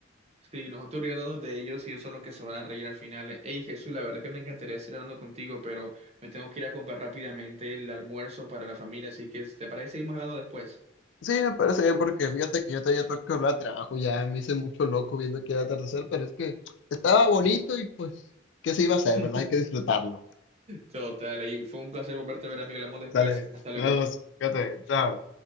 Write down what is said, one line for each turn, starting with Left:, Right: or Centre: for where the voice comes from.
Right: Sí, nosotros riéndonos de ellos y ellos son los que se van a reír al final. Hey Jesús, la verdad es que me encantaría seguir hablando contigo, pero me tengo que ir a comprar rápidamente el almuerzo para la familia, así que ¿te parece seguimos hablando después?
Left: Sí, me parece bien porque fíjate que yo todavía tengo que hablar de trabajo, ya me hice mucho loco viendo que era atardecer, pero es que estaba bonito y pues, ¿qué se iba a hacer,
Right: <laughs>
Left: verdad? Hay que disfrutarlo.
Right: Total, y fue un placer volverte a ver, amigo. Hablamos después.
Left: Dale,
Right: Hasta luego.
Left: nos vemos, fíjate, chao.